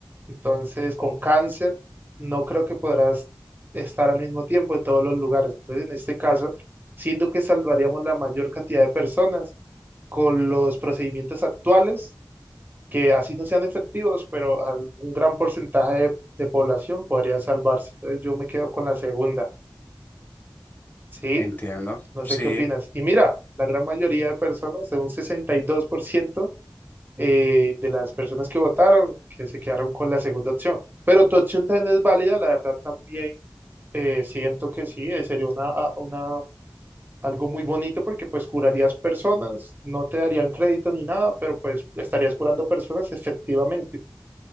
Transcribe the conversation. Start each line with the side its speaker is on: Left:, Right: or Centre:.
Right: entonces con cáncer no creo que podrás estar al mismo tiempo en todos los lugares. Entonces, en este caso, siendo que salvaríamos la mayor cantidad de personas con los procedimientos actuales, que así no sean efectivos, pero al- un gran porcentaje de, de población podría salvarse. Entonces, yo me quedo con la segunda, ¿sí?
Left: <laughs> Entiendo.
Right: No
Left: Sí,
Right: sé qué opinas. Y mira, la gran mayoría de personas, un 62% eh, de las personas que votaron, que se quedaron con la segunda opción. Pero tu opción también es válida, la verdad también eh, siento que sí, eh, sería una, a- una, algo muy bonito porque pues curarías personas, no te darían crédito ni nada, pero pues estarías curando personas efectivamente.